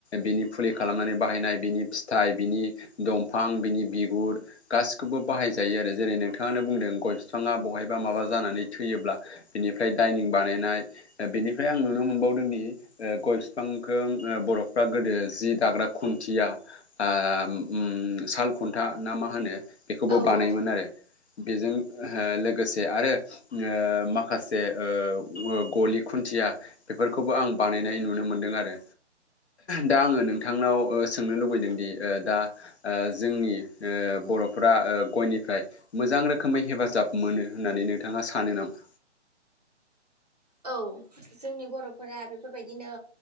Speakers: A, on the left; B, on the right.
A: बिनि फुलि खालामनानै बाहायनाय बिनि फिथाइ बिनि दंफां बिनि बिगुर गासिखौबो बाहायजायो आरो जेरै नोंथाङानो बुंदों गय बिफाङा बहाय बा माबा जानानै थैयोब्ला बिनिफ्राय दाइनिं बानायनाय बेनिफ्राय आं नुनो मोनबावदोंदि ओ गय बिफांखौ ओ बरफ्रा गोदो जि दाग्रा खुन्थिया ओ ओम साल खुन्था ना मा होनो बेखौबो
B: औ
A: बानायोमोन
B: औ
A: आरो बेजों लोगोसे आरो ओ माखासे ओ गलि खुन्थिया बेफोरखौबो आं बानाय नाय नुनो मोनदों आरो दा आङो नोंथांनाव ओ सोंनो लुबैदों दि ओ दा ओ जोंनि ओ बरफ्रा ओ गयनिफ्राय मोजां रोखोमै हेफाजाब मोनो होननानै नोंथाङा सानो नामा
B: औ जोंनि बरफोरा बेफोरबायदिनो